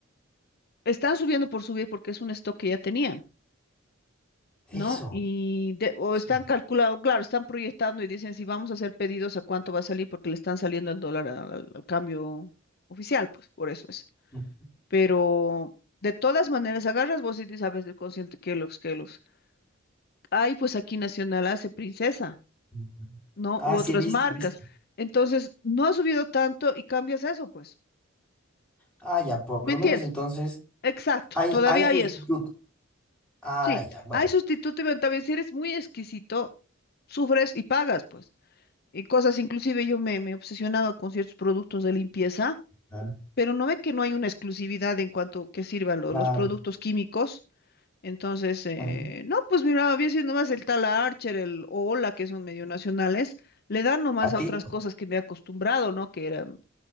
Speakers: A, on the left (about 50°); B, in the centre.
A: están subiendo por subir porque es un stock que ya tenían.
B: eso.
A: ¿no? Y de- o
B: eso.
A: están calculando, claro, están proyectando y dicen si vamos a hacer pedidos a cuánto va a salir porque le están saliendo el dólar al, al- al cambio oficial, pues por eso es.
B: Mm,
A: Pero de todas maneras, agarras vos y dices, a veces consciente que los que los hay, pues aquí Nacional hace Princesa,
B: mm. mm.
A: ¿no?
B: Ah,
A: U
B: sí,
A: otras
B: he visto,
A: Correcto. marcas.
B: he visto.
A: Entonces, no ha subido tanto y cambias eso, pues.
B: Ah, ya, por
A: ¿Me
B: lo
A: entiendes?
B: menos entonces
A: Exacto,
B: hay,
A: todavía
B: hay sustitutos.
A: hay eso.
B: Ah,
A: Sí,
B: ya, bueno,
A: hay sustituto, pero también si eres muy exquisito, sufres y pagas, pues. y cosas, inclusive yo me, me obsesionaba con ciertos productos de limpieza,
B: Ah,
A: pero no ve que no hay una exclusividad en cuanto que sirvan lo-
B: claro.
A: los productos químicos. Entonces, eh,
B: Ajá.
A: no, pues mira, había sido nomás el tal Archer, el Ola, que son medio nacionales, le dan nomás
B: Patito.
A: a otras cosas que me he acostumbrado, ¿no? Que eran